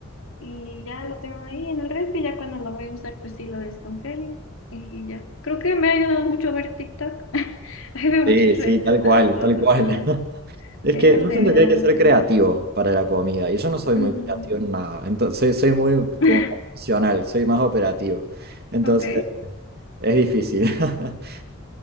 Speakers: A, on the left; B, on the right.
A: y ya lo tengo ahí en el refri, ya cuando lo voy a usar pues sí lo descongelo y ya. Creo que me ha ayudado mucho ver TikTok. <laughs> Ahí veo
B: Sí,
A: muchas
B: sí,
A: recetas,
B: tal cual,
A: o
B: tal
A: sea,
B: cual. <laughs> Es
A: es
B: que
A: donde
B: yo siento que
A: ah,
B: hay que ser creativo para la comida y yo no soy
A: Ujú.
B: muy creativo en nada, entonces soy, soy muy como
A: <laughs>
B: más funcional, soy más operativo, entonces
A: Ok,
B: es difícil. <laughs>